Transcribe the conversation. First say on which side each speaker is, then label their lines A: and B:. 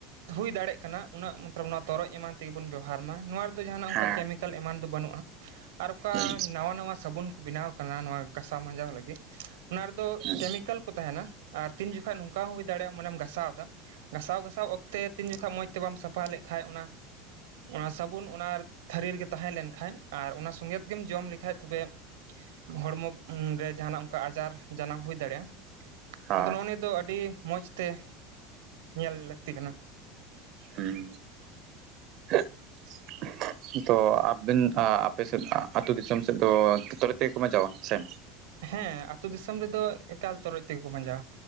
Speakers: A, on the right; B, on the right.
A: ᱦᱩᱭ ᱫᱟᱲᱮᱜ ᱠᱟᱱᱟ ᱩᱱᱟᱹᱜ ᱢᱚᱛᱞᱚᱵ ᱱᱚᱣᱟ ᱛᱚᱨᱚᱡ ᱮᱢᱟᱱ ᱛᱮᱜᱮ ᱵᱚᱱ ᱵᱮᱵᱚᱦᱟᱨ ᱢᱟ, ᱱᱚᱣᱟ ᱫᱚ ᱡᱟᱦᱟᱱᱟᱜ ᱚᱱᱠᱟ
B: ᱦᱮᱸ
A: ᱠᱮᱢᱤᱠᱮᱞ ᱮᱢᱟᱱ ᱫᱚ ᱵᱟᱹᱱᱩᱜᱼᱟ, ᱟᱨ ᱚᱠᱟ
B: ᱦᱩᱸ
A: ᱱᱟᱣᱟ ᱱᱟᱣᱟ ᱥᱟᱵᱚᱱ ᱠᱚ ᱵᱮᱱᱟᱣ ᱠᱟᱱᱟ ᱱᱟᱣᱟ ᱜᱟᱥᱟᱣ ᱢᱟᱸᱡᱟᱣ ᱞᱟᱹᱜᱤᱫ ᱚᱱᱟ ᱨᱮᱫᱚ
B: ᱦᱩᱸ
A: ᱠᱮᱢᱤᱠᱮᱞ ᱛᱟᱦᱮᱱᱟ ᱟᱨ ᱛᱤᱱ ᱡᱚᱠᱷᱚᱡ ᱱᱚᱝᱠᱟ ᱦᱚᱸ ᱦᱩᱭ ᱫᱟᱲᱮᱭᱟᱜᱼᱟ ᱢᱟᱱᱮᱢ ᱜᱟᱥᱟᱣ ᱫᱟ ᱾ ᱜᱟᱥᱟᱣ ᱜᱟᱥᱟᱣ ᱚᱠᱛᱮ ᱛᱤᱱ ᱡᱚᱠᱷᱚᱡ ᱢᱚᱸᱡᱽ ᱛᱮ ᱵᱟᱢ ᱥᱟᱯᱷᱟ ᱞᱮᱡ ᱠᱷᱟᱡ ᱚᱱᱟ ᱚᱱᱟ ᱥᱟᱵᱩᱱ ᱚᱱᱟ ᱛᱷᱟᱹᱨᱤ ᱨᱮᱜᱮ ᱛᱟᱦᱮᱸ ᱞᱮᱱᱠᱷᱟᱡ ᱟᱨ ᱚᱱᱟ ᱥᱚᱸᱜᱮ ᱛᱮᱜᱮᱢ ᱡᱚᱢ ᱞᱮᱠᱷᱟᱡ ᱛᱚᱵᱮ ᱦᱚᱲᱢᱚ ᱨᱮ ᱡᱟᱦᱟᱱᱟᱜ ᱚᱱᱠᱟ ᱟᱡᱟᱨ ᱡᱟᱱᱟᱢ ᱦᱩᱭ ᱫᱟᱲᱮᱭᱟᱜᱼᱟ ᱾
B: ᱦᱳᱭ
A: ᱟᱫᱚ ᱱᱚᱜᱼᱱᱤᱭᱟᱹ ᱫᱚ ᱟᱹᱰᱤ ᱢᱚᱸᱡᱽ ᱛᱮ ᱧᱮᱞ ᱞᱟᱹᱠᱛᱤ ᱠᱟᱱᱟ ᱾
B: ᱦᱩᱸ ᱾ <inaudible> ᱛᱚ ᱟᱵᱤᱱ ᱟᱯᱮ ᱥᱮᱫ ᱟᱹᱛᱩ ᱫᱤᱥᱚᱢ ᱥᱮᱫ ᱫᱚ ᱛᱚᱨᱟᱡ ᱛᱮᱜᱮ ᱠᱚ ᱢᱟᱸᱡᱟᱣᱟ ᱥᱮ?
A: ᱦᱮᱸ ᱟᱹᱛᱩ ᱫᱤᱥᱚᱢ ᱨᱮᱫᱚ ᱮᱠᱟᱞ ᱛᱚᱨᱚᱡ ᱛᱮᱜᱮ ᱠᱚ ᱢᱟᱸᱡᱟᱣᱟ,